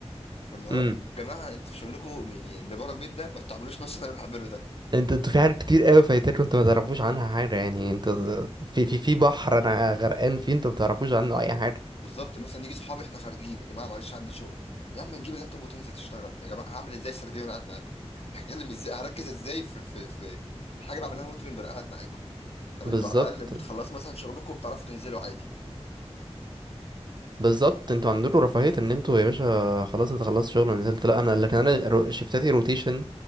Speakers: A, on the left; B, on the right.
A: فاللي هو
B: امم
A: جماعه انتوا في شغلكم يعني اللي بره البيت ده ما بتعملوش نفس اللي انا بعمله ده
B: انت انتوا في حاجات كتير قوي فايتاك وانتوا ما تعرفوش عنها حاجة يعني انتوا في في في بحر انا غرقان فيه انتوا ما تعرفوش عنه اي حاجة
A: بالظبط مثلا يجي صحابي احنا خارجين يا جماعه معلش عندي شغل يا عم تجيب اللابتوب وتنزل تشتغل يا جماعه هعمل ازاي سيرفي وانا قاعد معاكم <laughs> هتكلم ازاي هركز ازاي في في في, في حاجه بعملها مونترنج وانا قاعد معاكم طب
B: بالظبط
A: انتوا على الاقل بتخلصوا مثلا شغلكم وبتعرفوا تنزلوا عادي
B: بالظبط انتوا عندكم رفاهية ان انتوا يا باشا خلاص انت خلصت شغل ونزلت لا انا لكن انا رو- شفتاتي روتيشن